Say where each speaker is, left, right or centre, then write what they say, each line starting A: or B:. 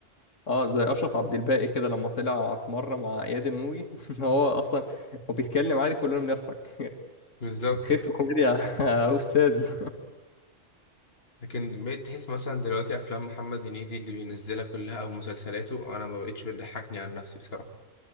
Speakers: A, on the left; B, on the left.
A: اه زي أشرف عبد الباقي كده لما طلع في مرة مع إياد الموجي <laughs> إن هو أصلا هو بيتكلم عادي كلنا بنضحك
B: بالظبط
A: <laughs> خف كوميديا يا أستاذ
B: لكن بقيت تحس مثلا دلوقتي افلام محمد هنيدي اللي بينزلها كلها او مسلسلاته انا ما بقتش بتضحكني عن نفسي بصراحه